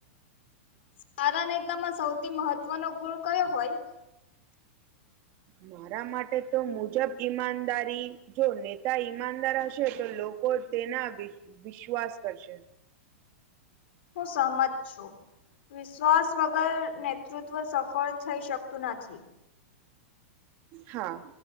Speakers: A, on the left (about 55°); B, on the right (about 25°).
A: સારા નેતામાં સૌથી મહત્વનો ગુણ ક્યો હોય?
B: મારા માટે તો મુજબ ઈમાનદારી જો નેતા ઈમાનદાર હશે તો લોકો તેના વિશ્વાસ કરશે.
A: હું સહમત છું વિશ્વાસ વગર નેતૃત્વ સ ફળ થઈ શકતું નથી.
B: હા